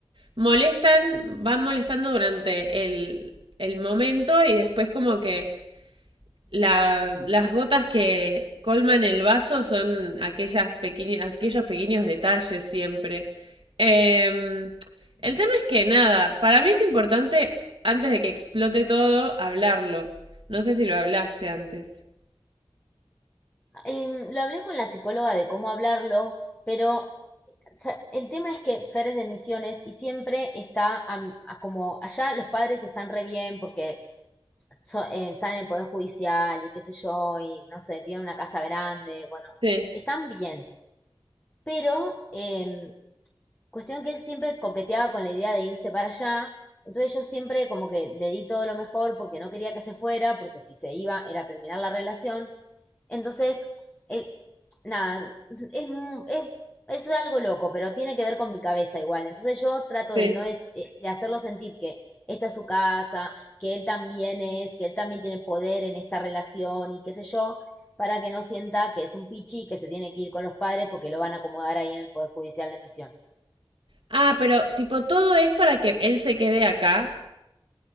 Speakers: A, on the right; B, on the left.
A: molestan, van molestando durante el, el momento y después como que... la- las gotas que colman el vaso son aquellas pequeñas, aquellos pequeños detalles siempre. Em, el tema es que nada, para mí es importante, antes de que explote todo, hablarlo. No sé si lo hablaste antes.
B: Em, lo hablé con la psicóloga de cómo hablarlo, pero sea, el tema es que Fer es de Misiones y siempre está am- a como allá los padres están re bien porque so- eh, están en el Poder Judicial y qué sé yo, y no sé, tienen una casa grande, bueno,
A: Sí,
B: están bien. Pero em, cuestión que él siempre coqueteaba con la idea de irse para allá, entonces yo siempre como que le di todo lo mejor porque no quería que se fuera, porque si se iba era terminar la relación, entonces, el- nada, es, es, es algo loco, pero tiene que ver con mi cabeza igual. Entonces yo trato
A: sí.
B: de no es, eh, de hacerlo sentir que esta es su casa, que él también es, que él también tiene poder en esta relación y qué sé yo, para que no sienta que es un pichi que se tiene que ir con los padres porque lo van a acomodar ahí en el Poder Judicial de Misiones.
A: Ah, pero tipo, todo es para que él se quede acá.